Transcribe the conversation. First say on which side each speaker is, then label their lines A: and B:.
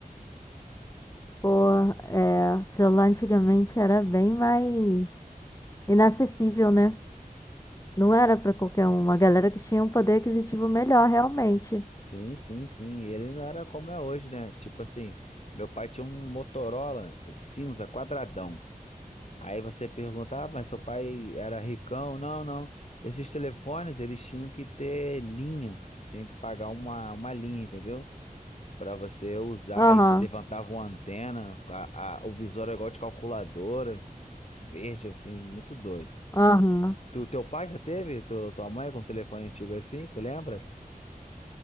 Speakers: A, on the left; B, on the left.
A: Pô, é, celular antigamente era bem mais inacessível, né? Não era pra qualquer um, uma galera que tinha um poder aquisitivo melhor, realmente.
B: Sim, sim, sim. E ele não era como é hoje, né? Tipo assim, meu pai tinha um Motorola cinza, quadradão. Aí você pergunta, ah, mas seu pai era ricão? Não, não. Esses telefones, eles tinham que ter linha. Tinha que pagar uma, uma linha, entendeu? Pra você usar
A: Aham,
B: e levantava uma antena, a, a- o visor era igual de calculadora, verde, assim, muito doido.
A: aham.
B: Tu, teu pai já teve? Tu, tua mãe com um telefone antigo assim, tu lembra?